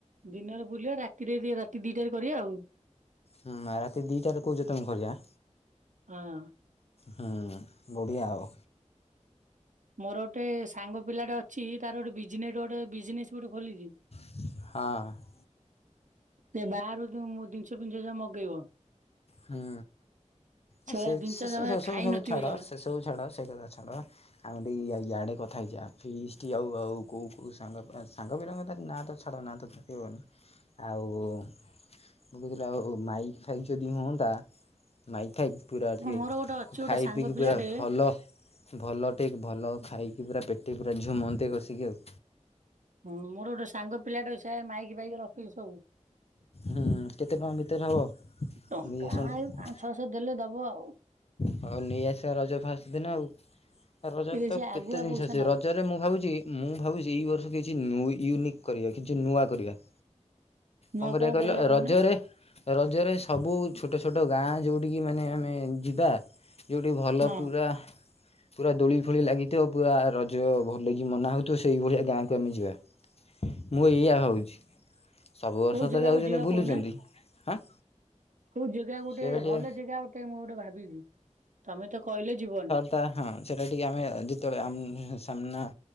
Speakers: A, on the right; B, on the left.
A: ଦିନରେ ବୁଲିଆ ରା ତିରେରେ ରାତି ଦିଟାରେ କରିଆ ଆଉ।
B: ହୁଁ ରାତି ଦିଟାରେ କଉଚ ତମେ କରିଆ?
A: ହଁ।
B: ହୁଁ ବଢ଼ିଆ ହବ।
A: ମୋର ଗୋଟେ ସାଙ୍ଗ ପିଲାଟେ ଅଛି ତାର ଗୋଟେ ବିଜନେଟ୍ ଗୋଟେ ବିଜନେସ ଗୋଟେ ଖୋଲିଛି
B: ହଁ।
A: ସେ ବାରୁ <unintelligible> ଜିନଷ ଫିନଶ ସବୁ ମଗେଇବ।
B: ହୁଁ ଆ
A: ସେଗୁଡା
B: ସେ
A: ଜିନିଷ
B: ସେ ସବୁ
A: ଜମା
B: ସେ ସବୁ
A: ଖାଇ
B: ସବୁ
A: ନଥିବ
B: ଛାଡ
A: ଜମା।
B: ସେ ସବୁ ଛାଡ ସେ କଥା ଛାଡ। ଆମେ ଟିକେ ଆଉ ୟାଡେ କଥା ହେଇଯିବା ଫିଷ୍ଟି ଆଉ ଆଉ କୋଉ କୋଉ ସାଙ୍ଗ ସାଙ୍ଗ ବିରଙ୍ଗ ନା ତ ଛାଡ଼ ନା ତ କହି ହବନି। ଆଉ ମୁଁ କହୁଥିଲି ଆଉ ମାଇକ୍ ଫାଇକ୍ ଯଦି ହୁଅନ୍ତା ମାଇକ୍ ଫାଇକ୍। ପୁରାି ଟିକିଏ
A: ହଁ ମୋର ଗୋଟେ ଅଛି ଗୋଟେ
B: ଖାଇ
A: ସାଙ୍ଗ
B: ପିଇକି
A: ପିଲାଟେ
B: ପୁରା ଭଲ ଭଲ ଠିକ୍ ଭଲ ଖାଇକି ପୁରା ପେଟେ ପୁରା ଝୁମନ୍ତେ କସିକି ଆଉ।
A: ହୁଁ ମୋର ଗୋଟେ ସାଙ୍ଗ ପିଲାଟେ ସେ ମାଇକି ଫାଇକ୍ ରଖିଛିି ସବୁ।
B: ହୁଁ କେତେ ଟଙ୍କା ଭିତରେ ହବ
A: ଟଙ୍କା
B: ନେଇ ଆସନ୍ତେ?
A: ଏଇ ପାଞ୍ଚ ଛଅଶହ ଦେଲେ ଦବ ଆଉ।
B: ହଉ ନେଇଆସିବା ରଜ ଫାଷ୍ଟେ ଦିନ ଆଉ ରଜରେ
A: ହେଲେ
B: ତ
A: ସେ ଆଗୁଆ
B: କେତେ ଜିନିଷ
A: ପଇସା
B: ଆସିଵ
A: ନବ।
B: ରଜ ରେ ମୁଁ ଭାବୁଚି ମୁଁ ଭାବୁଚି ଏଇ ବର୍ଷ କିଛି ୟୁନିକ୍ କରିବା କିଛି ନୂଆ କରିବା।
A: ମୁଁ
B: କଣ
A: ଆଉ
B: କରିବା କହିଲ ରଜରେ?
A: କହୁନା
B: ରଜରେ ସବୁ ଛୋଟ ଛୋଟ ଗାଁ ଯୋଉଠି କିି ମାନେ ଆମେ ଯିବା। ଯଉଠି ଭଲ
A: ହଁ
B: ପୁରା ପୁରା ଦୋଳି ଫୋଳି ଲାଗିଥିବ ପୁରା ରଜ ଭଲକି ମନା ହଉଥିବ ସେଇଭଳିଆ ଗାଁକୁ ଆମେ ଯିବା। ମୁଁ ଏଇଆ ଭାବୁଚି ସବୁ ବର୍ଷ
A: କୋଉ ଜାଗାକୁ
B: ତ ଯାଉଚନ୍ତି
A: ଯିବା
B: ବୁଲୁଚନ୍ତି
A: କହୁନା?
B: ହାଁ।
A: କୋଉ ଜାଗା ଗୋଟେ
B: ସେଇଟା ଟିକେ
A: ଭଲ ଜାଗା ଗୋଟେ ମୁଁ ଗୋଟେ ଭାବିବି ତମେ ତ କହିଲେ ଯିବନି।
B: ତା ହଁ ସେଟା ଟିକେ ଆମେ ଯେତୋଳେ ସାମ୍ନା।